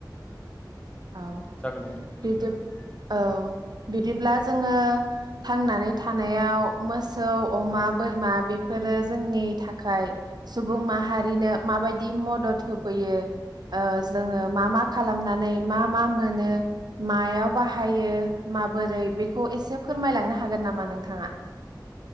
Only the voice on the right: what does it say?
आव
बैदि औ। बिदिब्ला जोङो थांनानै थानायाव मोस सौ अमा,
बोरमा बेफोरो जोंनि थाखाय सुबुं माहारिनो माबायदि मदद होफैयो ओ जोङो मा मा खालामनानै मा मा मोनो मायाव बाह हायो माबोरै बेख खौ एसे फोरमायलांनो हागोन नामा नोंथाङा?